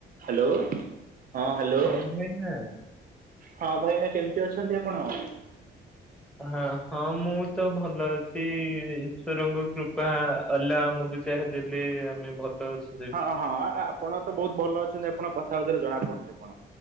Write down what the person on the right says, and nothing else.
Hello ହଁ hello.
ହଁ ଭାଇନା କେମିତି ଅଛନ୍ତି ଆପଣ?
ହଁ ହଁ ଆପଣ ତ ବହୁତ ଭଲ ଅଛନ୍ତି ଆପଣ କଥାବାର୍ତ୍ତାରୁ ଜଣା ପଡୁଛି ଆପଣ।